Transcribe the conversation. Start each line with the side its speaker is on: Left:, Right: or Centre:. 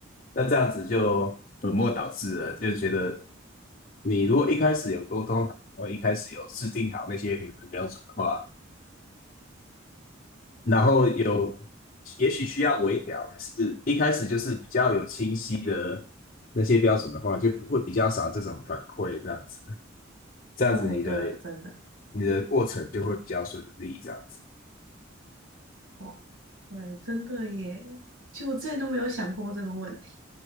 Left: 那这样子就本末倒置了，就觉得你如果一开始有沟通好，然后一开始有制定好那些评分标准的话，然后有也许需要微调，可是一开始就是比较有清晰的那些标准的话，就不会比较少这种反馈，这样子，这样子你的
Right: 哦，对，真的
Left: 你的过程就会比较顺利，这样子。
Right: 哇，对，真的耶。其实我之前都没有想过这个问题，